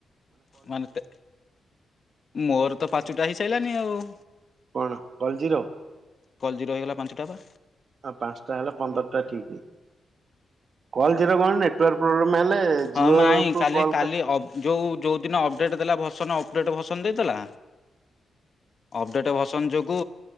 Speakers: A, on the left (about 40°); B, on the right (about 50°).
A: ମାନେ ମୋର ତ ପାଞ୍ଚଟା ହେଇସାଇଲାନି ଆଉ।
B: କଣ କଲଜିର
A: କଲ୍ ଜିରୋ ହେଇଗଲା ପାଞ୍ଚଟା ବା
B: ଆଉ ପାଞ୍ଚଟା ହେଲେ ପନ୍ଦର। ଠିକ୍ କଲ ଜିର କଣ ନେଟୱାର୍ ପ୍ରୋବ୍ଲେମ ହେଲେ ଜିଓ
A: ହଁ ମାଇଁ
B: କୁ
A: କାଲି
B: କଲ୍
A: କାଲି
B: ହୁଁ
A: ଅବ-ଯୋଉ ଯୋଉ ଦିନ ଅପଡେଟ ଦେଲା ଭସନ ଅପଡେଟ ଭସନ ଦେଇଥେଲା? ଅପଡେଟ ଭସନ ଯୋଗୁ